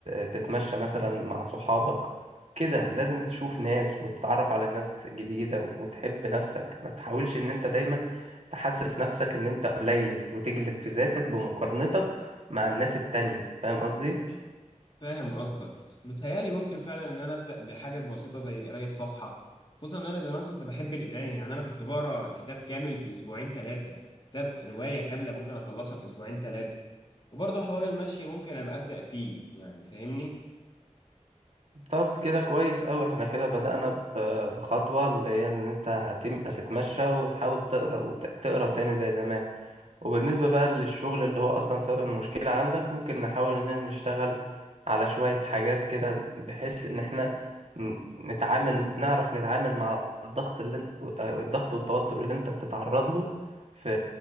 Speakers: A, on the right; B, on the left.
A: تتمشى مثلا مع صحابك كده لازم تشوف ناس وتتعرف على ناس جديدة وتحب نفسك ما تحاولش ان انت دايما تحسس نفسك ان انت قليل وتجلد في ذاتك بمقارنتك مع الناس التانية فاهم قصدي؟
B: فاهم قصدك متهيألي ممكن فعلا ان انا ابدا بحاجز بسيطه زي قرايه صفحه خصوصا ان انا زمان كنت بحب القرايه يعني انا كنت بقرا كتاب كامل في اسبوعين ثلاثه كتاب روايه كامله ممكن اخلصها في اسبوعين ثلاثه وبرضه حوار المشي ممكن ابقى ابدا فيه يعني فاهمني
A: طب كده كويس أوي احنا كده بدأنا ب- بخطوة اللي هي ان انت هتم هتتمشى وتحاول تقرا وتقرا تاني زي زمان وبالنسبة بقى للشغل اللي هو أصلا سبب المشكلة عندك ممكن نحاول إننا نشتغل على شوية حاجات كده بحيث إن إحنا ن- نتعامل نعرف نتعامل مع الضغط اللي انت آه، الضغط والتوتر اللي أنت بتتعرض له في